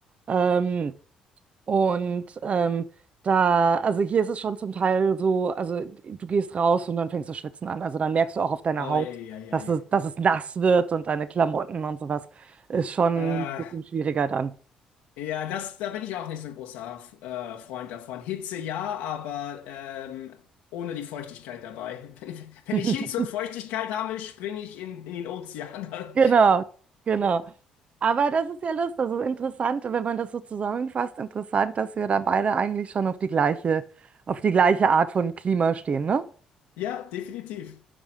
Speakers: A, on the right (about 45°); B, on the left (about 85°).
A: Ähm, Und ähm, da, also hier ist es schon zum Teil so, also du gehst raus und dann fängst du schwitzen an. Also dann merkst du auch auf deiner
B: Oh,
A: Haut,
B: ja, ja,
A: dass
B: ja.
A: es, dass es nass wird und deine Klamotten und sowas ist schon
B: Äh,
A: ein bisschen schwieriger dann.
B: ja, das, da bin ich auch nicht so ein großer äh, Freund davon. Hitze ja, aber ähm, ohne die Feuchtigkeit dabei. <laughs> Wenn ich, wenn
A: <laughs>
B: ich Hitze und Feuchtigkeit habe, springe ich in, in den Ozean. <laughs>
A: Genau, genau. Aber das ist ja lustig, das ist interessant, wenn man das so zusammenfasst, interessant, dass wir da beide eigentlich schon auf die gleiche, auf die gleiche Art von Klima stehen, ne?
B: Ja, definitiv.